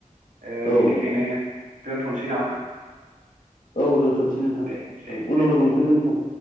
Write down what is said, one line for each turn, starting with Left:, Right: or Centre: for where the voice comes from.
Right: ओ
Left: औ
Right: बेनिखायनो दोनथसै नामा?
Left: औ दोन्थनोसै नोंथां
Right: दे दे
Left: जागोन उनाव
Right: दे
Left: लोगो हफिनगोन नोंथां